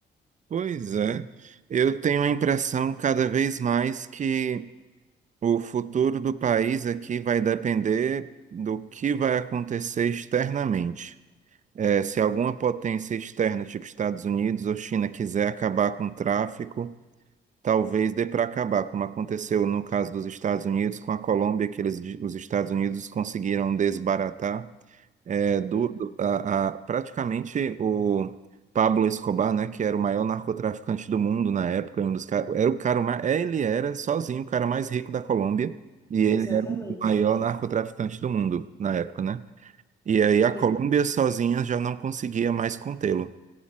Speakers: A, on the right (about 40°); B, on the left (about 15°).
A: Pois é. Eu tenho a impressão cada vez mais que o futuro do país aqui vai depender do que vai acontecer externamente. É, se alguma potência externa, tipo Estados Unidos ou China, quiser acabar com o tráfico, talvez dê para acabar, como aconteceu no caso dos Estados Unidos com a Colômbia, que eles, os Estados Unidos conseguiram desbaratar é, do,
B: Uhum.
A: do- a, a- praticamente o Pablo Escobar, né, que era o maior narcotraficante do mundo na época, um dos, ca- era o cara, mais, ele era sozinho o cara mais rico da Colômbia, e ele
B: Exatamente,
A: era o maior narcotraficante do mundo na época, né? E aí a Colômbia
B: sim.
A: sozinha já não conseguia mais contê-lo,